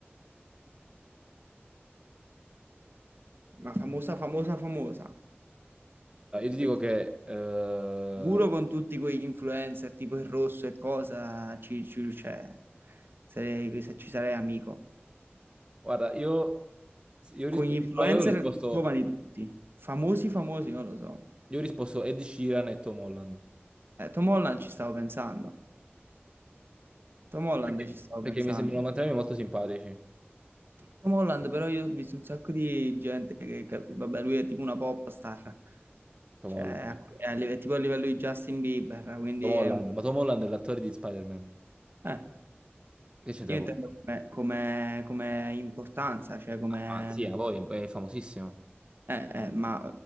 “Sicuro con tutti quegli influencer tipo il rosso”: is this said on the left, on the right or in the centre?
Right